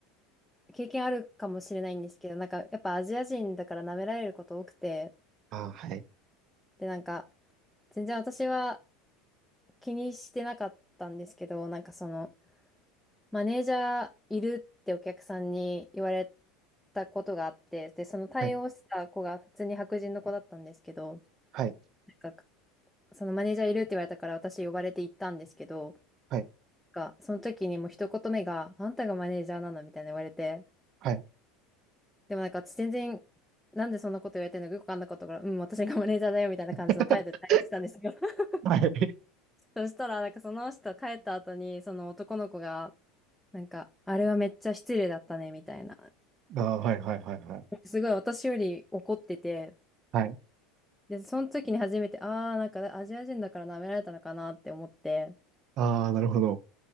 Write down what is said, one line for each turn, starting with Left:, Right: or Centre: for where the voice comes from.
Centre: 経験あるかもしれないんですけど、なんかやっぱアジア人だから舐められること多くて、
Right: あー、はい。
Centre: でなんか全然私は気にしてなかったんですけど、なんかそのマネージャーいるってお客さんに言われたことがあって、でその対応した子が普通に白人の子だったんですけど、
Right: はいはい
Centre: なんかそのマネージャーいるって言われたから私呼ばれて行ったんですけど、
Right: はい。
Centre: が、その時にもう一言目が、あんたがマネージャーなのみたいな言われて、
Right: はい。
Centre: でもなんか私全然、なんでそんなこと言われてるのかよくわかんなかったから、うん、私がマネージャーだよみたいな感じの態度で対応してたんですよ。
Right: <laughs>
Centre: <laughs>
Right: はい。
Centre: そしたら、なんかその人帰った後に、その男の子が、なんか、あれはめっちゃ失礼だったね、みたいな。
Right: ああ、はい、はい、はい、はい。
Centre: すごい私より怒ってて、
Right: はい。
Centre: で、その時に初めて、ああ、なんかアジア人だから舐められたのかなって思って、
Right: ああ、なるほど。